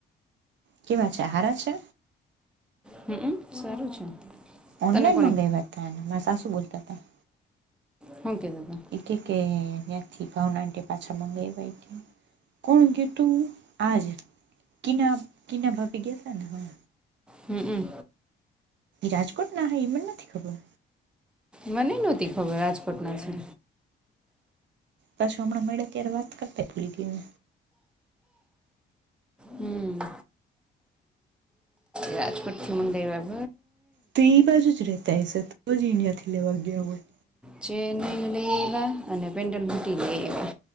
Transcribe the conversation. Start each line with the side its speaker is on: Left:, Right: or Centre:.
Right: કેવા છે હારા છે
Centre: હમમ સારું છે
Right: ઓનલાઈન
Centre: તને
Right: મંગાવ્યા હતાને મા સાસું બોલતા હતા
Centre: હુ કે તા તા
Right: એ કે ત્યાંથી ભાવના આન્ટી પાછા મગાવ કોણ ગ્યુ તું આજ કિના કિના ભાભી આપી ગયાશે ને હવે
Centre: હમ હમ
Right: રાજકોટ ના હાય એ મન નથી ખબર.
Centre: મને નોતી ખબર રાજકોટ ના છે.
Right: પાછું હમણાં મળ્યા ત્યારે વાત કરતા ભૂલી ગયન
Centre: હમ્મ. રાજકોટ થી મંગાયવા.
Right: તે બાજુ જ રહેતા હ છે તો જ ડયાથી લેવા ગયા હોય.
Centre: ચેનઈ લેયવા અને પેન્ડલ બુટી લેયવા.